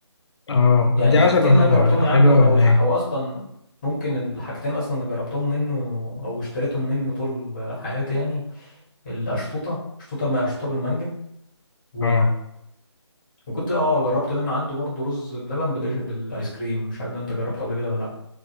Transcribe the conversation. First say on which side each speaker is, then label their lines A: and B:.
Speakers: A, on the left; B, on the left.
A: اه
B: يعني
A: دي
B: الحاجتين
A: عايز اجربها
B: اللي انا جربتهم من
A: حلوة
B: عنده
A: ولا
B: او الح...
A: ايه
B: او اصلا ممكن الحاجتين اصلا اللي جربتهم منه او اشتريتهم منه طول حياتي يعني القشطوطه قشطوطه ما قشطوطه بالمانجا و...
A: اه
B: وكنت اه جربت منه عنده برضه رز بلبن بالإج... بالايس كريم مش عارف ده انت جربته قبل كده ولا لا